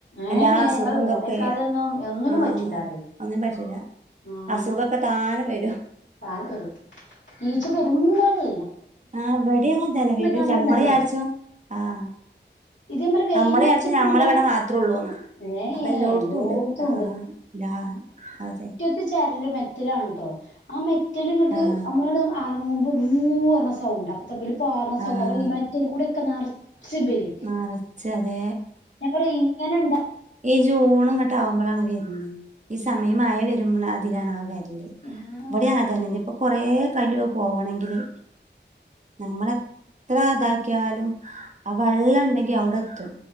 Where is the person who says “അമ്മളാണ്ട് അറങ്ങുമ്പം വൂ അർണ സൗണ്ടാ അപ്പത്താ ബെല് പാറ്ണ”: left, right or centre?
Left